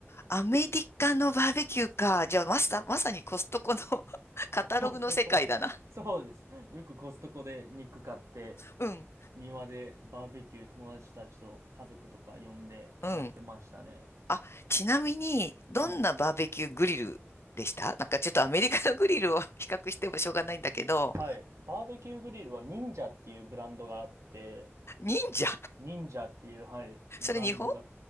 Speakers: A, on the left (about 60°); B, on the right (about 80°).
A: アメリカのバーベキューか。じゃあ、まさ、まさにコストコの <laughs> カタログの世界だな。
B: あ、コストコの。そうです。よくコストコで肉買って、
A: うん。
B: 庭でバーベキュー友達たちと家族とか呼んでやってましたね。
A: うん。あ、ちなみに、どんなバーベキューグリルでしたなんかちょっとアメリカのグリルを
B: はい。
A: <laughs> 比較してもしょうがないんだけど、
B: はい。バーベキューグリルは忍者っていうブランドがあって、
A: 忍者
B: 忍者っていう、はい、
A: それ日本
B: ブランドが、い